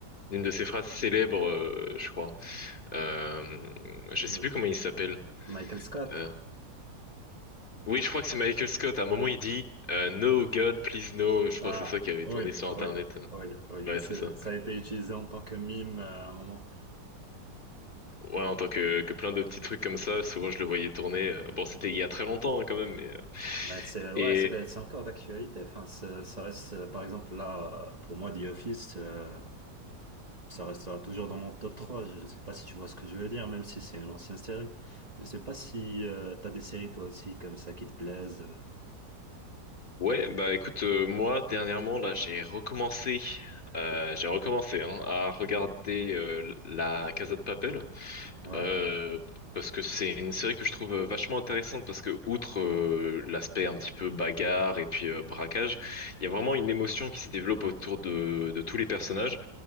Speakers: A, on the left; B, on the right.
A: d'une de ses phrases célèbres, euh, je crois. Euh, je
B: Le-
A: sais plus comment il s'appelle.
B: Michael Scott.
A: Euh, oui, je crois que c'est Michael Scott. À un moment, il dit euh, No God, please no. Je crois
B: Ah,
A: que c'est ça qui avait
B: oui,
A: tourné sur Internet.
B: oui, oui, oui.
A: Ouais,
B: C'est-
A: c'est ça.
B: Ça a été utilisé en tant que mime euh, à un moment.
A: Ouais, en tant que, que plein de petits trucs comme ça, souvent je le voyais tourner. euh, Bon, c'était il y a très longtemps hein, quand même, mais... euh,
B: Mais c'est, ouais,
A: Et
B: c'est c'est encore d'actualité. Enfin, ça ça reste, euh, par exemple, là, euh, pour moi, The Office, euh, ça restera toujours dans mon top trois Je ne sais pas si tu vois ce que je veux dire, même si c'est une ancienne série. Je sais pas si tu t'as des séries, toi aussi, comme ça, qui te plaisent. euh.
A: ouais, bah écoute, euh, moi, dernièrement, là, j'ai recommencé, euh, j'ai recommencé hein, à regarder euh, la Casa de Papel,
B: Ouais,
A: euh, parce que c'est une série que je trouve euh, vachement intéressante, parce que outre euh, l'aspect un petit peu bagarre et puis euh, braquage, il y a vraiment une émotion qui se développe autour de, de tous les personnages.